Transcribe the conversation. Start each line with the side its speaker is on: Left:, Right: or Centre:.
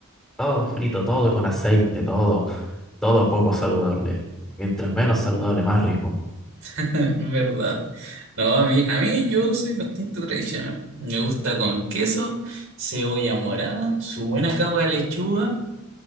Centre: todo frito, todo con aceite, todo, todo poco saludable. Mientras menos saludable, más rico,
Right: <laughs> ¿Verdad? No, a mí, a mí yo soy bastante tradicional. Me gusta con queso, cebolla morada, su buena capa de lechuga